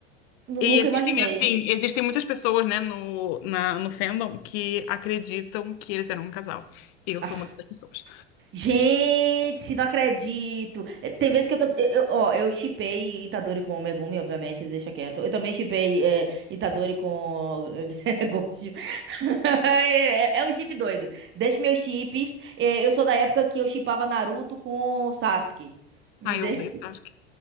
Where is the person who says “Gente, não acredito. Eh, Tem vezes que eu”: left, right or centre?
Right